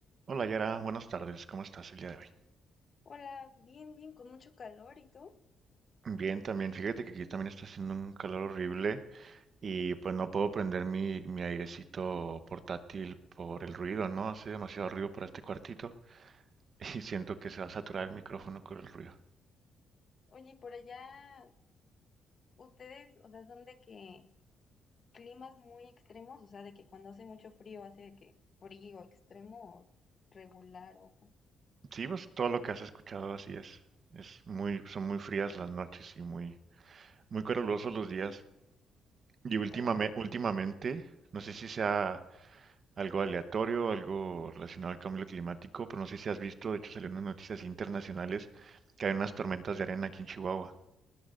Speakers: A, on the right; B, on the left.
A: Hola Yara, buenas tardes, ¿cómo estás el día de hoy?
B: Hola, bien, bien, con mucho calor, ¿y tú?
A: Bien, también, fíjate que aquí también está haciendo un calor horrible y pues no puedo prender mi, mi airecito portátil por el ruido, ¿no? Hace demasiado ruido para este cuartito <laughs> y siento que se va a saturar el micrófono con el ruido.
B: Oye, ¿y por allá ustedes, o sea, son de que climas muy extremos, o sea, de que cuando hace mucho frío hace de que frío extremo o regular o...
A: Sí, pues todo lo que has escuchado así es. Es muy, son muy frías las noches y muy, muy calurosos los días. Y últimame-
B: Ay, no.
A: últimamente, no sé si sea algo aleatorio, algo relacionado al cambio climático, pero no sé si has visto, de hecho salieron unas noticias internacionales que hay unas tormentas de arena aquí en Chihuahua.